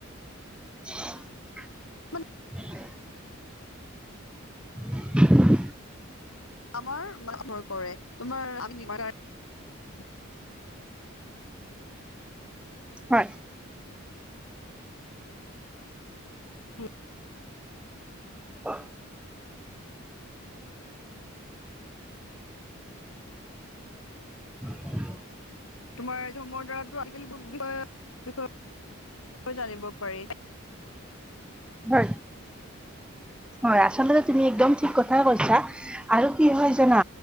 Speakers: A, in the centre; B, on the left (about 85°).
A: <inaudible>
B: মানে
A: <inaudible>
B: আমাৰ মানৰ কৰে তোমাৰ <unintelligible>
A: হয়।
B: উম।
A: অ। <inaudible>
B: তোমাৰ ধৰ্মৰ দ্বাৰাতো আজিকালি বিষয়ে বিষয়ে জানিব পাৰি।
A: হয়। হয়, আচলতে তুমি একদম ঠিক কথাই কৈছা আৰু কি হয় জানা